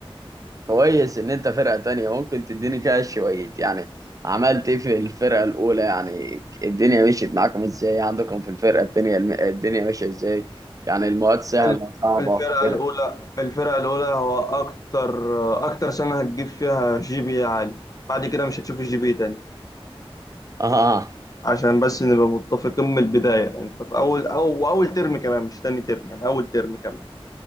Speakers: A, on the right (about 35°); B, on the left (about 35°).
A: كويس ان انت فرقة تانية ممكن تديني كده شوية يعني عملت ايه في الفرقة الاولى يعني الدنيا مشيت معاكم ازاي عندكم في الفرقة التانية الم- الدنيا ماشية ازاي يعني المواد سهلة
B: ال-
A: صعبة
B: الفرقه
A: كده
B: الاولى الفرقه الاولى هو اكتر آه، اكتر سنه هتجيب فيها جي بي إيه عالي بعد كده مش هتشوف الجي بي إيه تاني
A: اه
B: عشان بس نبقى متفقين من البداية انت في اول او اول ترم كمان مش تاني ترم يعني اول ترم كمان